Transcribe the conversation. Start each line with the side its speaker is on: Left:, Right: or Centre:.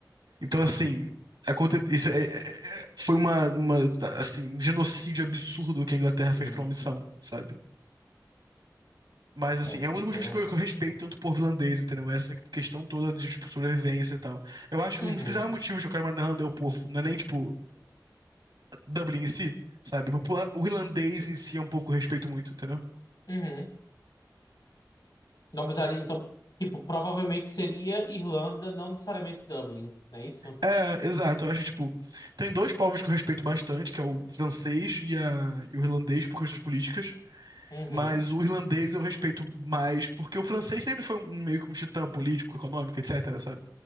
Right: Então, assim, aconte- isso é- é- é- foi uma, uma, assim, um genocídio absurdo que a Inglaterra
Left: Sim.
Right: fez pra uma missão, sabe? Mas, assim,
Left: É,
Right: é um dos
Left: isso
Right: motivos
Left: é verdade.
Right: que eu, que eu respeito tanto o povo irlandês, entendeu? Essa questão toda de tipo, sobrevivência e tal. Eu acho que
Left: Uhum,
Right: um dos principais motivos que eu quero morar na Irlanda é o povo, não é nem, tipo, Dublin em si, sabe? O popula- o irlandês em si é um povo que eu respeito muito, entendeu?
Left: uhum. Não precisaria, então, tipo, provavelmente seria Irlanda, não necessariamente Dublin, não é isso?
Right: É, exato. Eu acho, tipo, tem dois povos que eu respeito bastante, que é o francês e, a- e o irlandês por questões políticas.
Left: Uhum.
Right: Mas o irlandês eu respeito mais, porque o francês sempre foi um, um, meio que um titã político, econômico, etc, sabe?